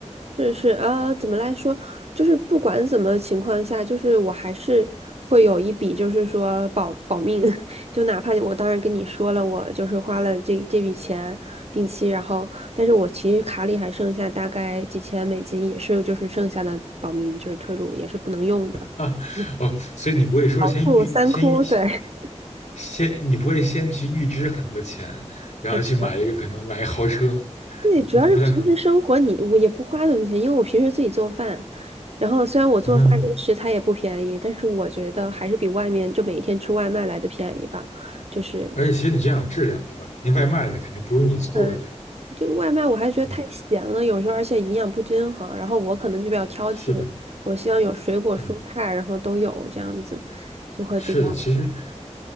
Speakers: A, on the right (about 60°); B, on the left (about 80°).
A: 就是啊，怎么来说，就是不管怎么情况下，就是我还是会有一笔，就是说保保命，<laughs> 就哪怕我当然跟你说了，我就是花了这这笔钱定期，然后但是我其实卡里还剩下大概几千美金，也是就是剩下的保命就是退路，也是不能用的。
B: 啊，
A: 一
B: 哦，所以你不会说先预先预
A: 哭三哭，对。
B: 先你不会先去预支很多钱，然后去买一个可能买一个豪车，
A: <laughs> 对，
B: 你你不太可能
A: 主要是平时生活你我也不花怎么钱，因为我平时自己做饭，然后虽然我做饭这个食材也不便宜，
B: 嗯，
A: 但是我觉得还是比外面就每天吃外卖来的便宜吧。就是，
B: 而且其实你这样有质量，对吧？那外卖的肯定不如你做。
A: 嗯，就外卖我还觉得太咸了，
B: 嗯，
A: 有时候而且营养不均衡，然后我可能就比较挑剔，
B: 是的，
A: 我希望有水果蔬菜，
B: 嗯，
A: 然后都有这样子，就会比较。
B: 是的。其实